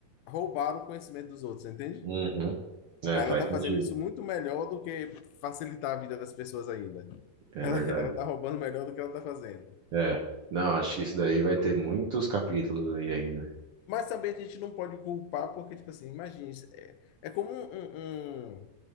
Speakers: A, on the left; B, on the right.
A: roubaram o conhecimento dos outros, entende?
B: Uhum, é,
A: Ela
B: faz
A: tá
B: sentido.
A: fazendo isso muito melhor do que facilitar a vida das pessoas ainda.
B: É
A: Ela,
B: verdade.
A: ela tá roubando melhor do que ela tá fazendo.
B: É, não, acho que isso daí vai ter muitos capítulos aí ainda.
A: Mas também a gente não pode culpar, porque, tipo assim, imagine, isso é, é como um, um, um-